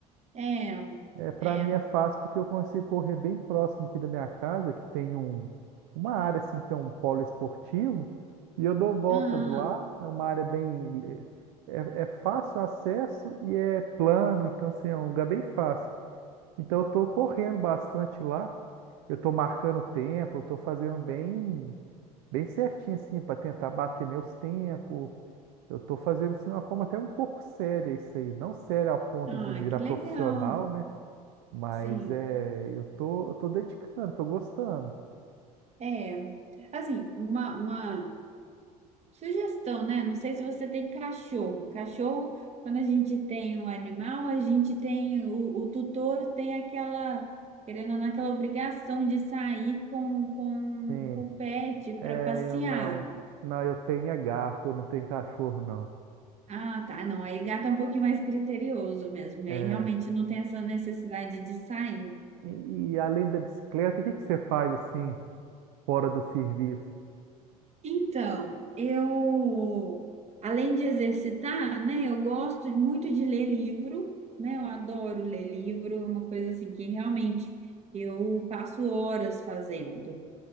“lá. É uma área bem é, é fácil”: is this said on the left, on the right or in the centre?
Right